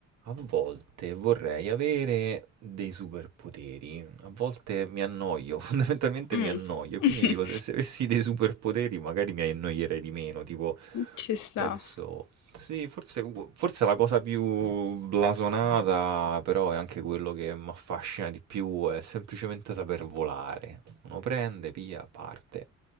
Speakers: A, on the right (about 65°); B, on the left (about 80°).
A: A volte vorrei avere dei superpoteri, a volte mi annoio, <laughs> fondamentalmente
B: Mm,
A: mi annoio, e quindi
B: <laughs>
A: dico se, se avessi dei superpoteri magari mi annoierei di meno, tipo
B: Ci sta,
A: penso... Sì, forse, forse la cosa più blasonata, però è anche quello che mi affascina di più, è semplicemente saper volare. Uno prende, via, parte,